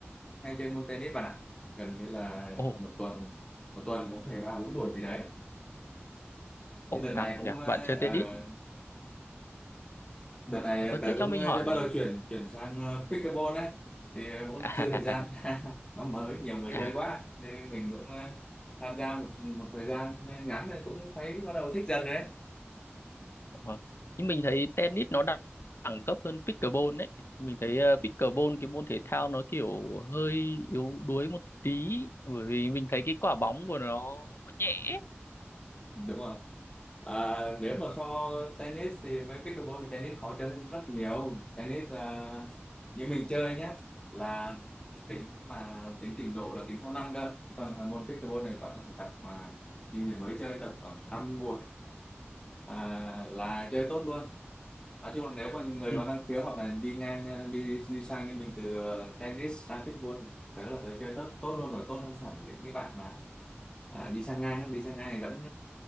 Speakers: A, on the left; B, on the left.
A: hay chơi môn tennis bạn ạ. Gần như là
B: Ồ,
A: một tuần một tuần cũng phải ba bốn buổi gì đấy.
B: ồ
A: Thì đợt
B: căng
A: này cũng
B: kìa,
A: à,
B: bạn chơi
A: ờ,
B: tennis.
A: đợt này
B: Ờ
A: tớ
B: thế cho
A: cũng
B: mình
A: à,
B: hỏi
A: bắt đầu chuyển chuyển sang à, pickleball ấy. Thì à, cũng
B: <laughs>
A: chưa thời gian <laughs> nó mới nhiều người
B: à,
A: chơi quá. nên mình cũng à, tham gia một một thời gian ngắn rồi cũng thấy bắt đầu thích dần rồi đấy.
B: Vâng. Nhưng mình thấy tennis nó đẳng đẳng cấp hơn pickleball đấy. Mình thấy ờ, pickleball cái môn thể thao nó kiểu hơi yếu đuối một tí bởi vì mình thấy cái quả bóng của nó nó nhẹ. ấy.
A: Đúng rồi. À, nếu
B: Ừ,
A: mà so tennis thì với pickleball thì tennis khó chơi hơn rất nhiều tennis à, như mình chơi nhá là tính mà tính trình độ là tính theo năm cơ Chứ còn môn pickleball này bạn có thể tập mà như người mới chơi tập khoảng 5 mùa à, là chơi tốt luôn nói chung là nếu mà người
B: ừ,
A: có năng khiếu hoặc là đi ngang ờ, đi đi sang như mình từ ờ, tennis sang pickleball tớ là tớ chơi tốt tốt luôn rồi tốt hơn hẳn những cái bạn mà à, đi sang ngang đi sang ngang vẫn